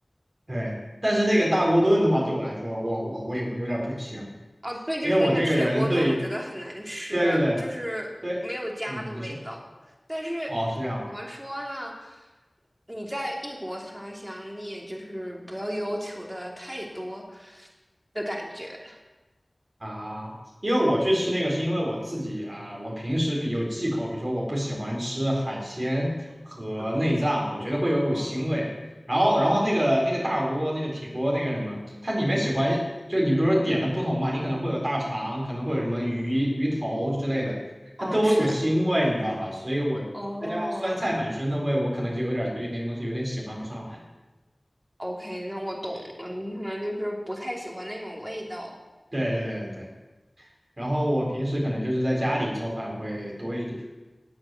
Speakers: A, on the right; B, on the right.
A: 对，但是那个大锅炖的话，对我来说，我我我也我有点不行，
B: 哦，对，就是那个铁锅炖，
A: 因为我这个人对
B: 我觉得很难吃，
A: 对对对
B: 就是没有家的味道。
A: 对，嗯，你是
B: 但是
A: 哦是这样。
B: 怎么说呢？你在异国他乡，你也就是不要要求的太多的感觉。
A: 啊，因为我去吃那个是因为我自己啊，我平时比有忌口，比如说我不喜欢吃海鲜和内脏，
B: 嗯
A: 我觉得会有一股腥味。
B: 嗯
A: 然后，
B: 嗯
A: 然后那个那个大锅、那个铁锅、那个什么，它里面喜欢就你比如说点的不同嘛，你可能会有大肠，可能会有什么鱼鱼头之类的，
B: 嗯，
A: 它都有一股腥味，
B: 是
A: 你知道吧？所以我再加上酸菜本身的味，
B: 哦
A: 我可能就有点对那个东西有点喜欢不上来。
B: ，OK，那我懂了。你可能就是不太喜欢那种味道，
A: 对对对对对。然后我平时可能就是在家里做饭会多一点。